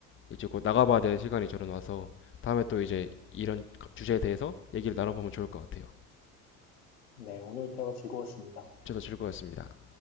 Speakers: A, on the left; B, on the left.
A: 이제 곧 나가봐야 될 시간이 저는 와서 다음에 또 이제 이런 주제에 대해서 얘기를 나눠보면 좋을 것 같아요.
B: 네, 오늘 대화 즐거웠습니다.
A: 저도 즐거웠습니다.